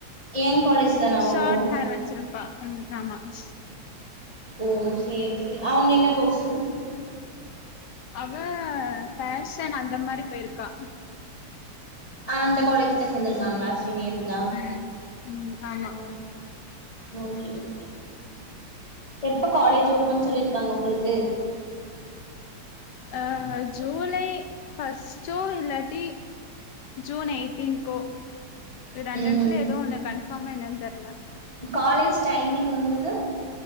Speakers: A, on the left; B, on the left.
A: ஏ காலேஜ் தானா அவங்களு
B: ஸ்டார்ட் ஹேர் வெச்சிருப்பா ம் ஆமா <inaudible>
A: ஓ செரி செரி அவங்க என்ன கோர்ஸூ
B: அவ ஃபேஷன் அந்த மாரி போயிருக்கா
A: அந்த காலேஜ் தா சேந்திருக்காங்களா ஸ்ரீ நேரு தா
B: உம் உம் ஆமா
A: ஓ ஓகே ஓகே எப்ப காலேஜ் ஓபன் சொல்லிருக்காங்க உங்களுக்கு
B: ஆஹ ஜூலை ஃபர்ஸ்ட்டோ இல்லாடி ஜூன் எயிட்டீன் கோ ரெண்டனத்துல
A: ம்
B: ஏதோ ஒண்ணு கன்பார்மா என்னன்னு தெரல
A: காலேஜ் டைமிங் உங்களுக்கு